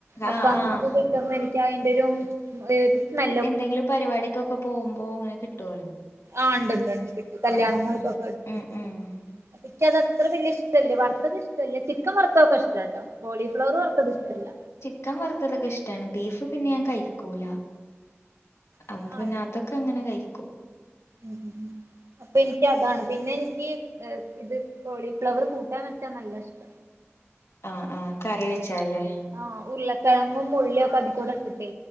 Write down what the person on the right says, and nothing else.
അപ്പൊ
അങ്ങനെക്കെ
കി ട്ടുമ്പോ എനിക്കയ്ൻ്റൊരും ഒര് സ്‌മെ
ആഹ് ഇണ്ട്ണ്ട് ണ്ട് കിട്ട് കല്യാണങ്ങൾക്കൊക്കെ
കിട്ടും
അപ്പ ഇക്ക്യതത്ര വെല്ല്യെ ഇഷ്ടല്ല വറ്ത്തത് ഷ്ടല്ല ചി ക്കം വർത്തൊക്കെഷ്ട്ടിട്ടോ കോളിഫ്ലവർ വർത്തതിഷ്ടല്ല.
ഇഷ്ടല്ല
ഉം ഉം ഉം അപ്പ ഇൻക്കതാണ് പിന്നെ ഇൻക്ക് ഏഹ് ഇത് കോളിഫ്ലവർ കൂട്ടാ വെച്ചാ നല്ലെഷ്ട.
ആഹ് ഉര്ളക്കെഴങ്ങും ഉള്ള്യാക്കെ അതി കൂടെ ട്ട്ട്ടെ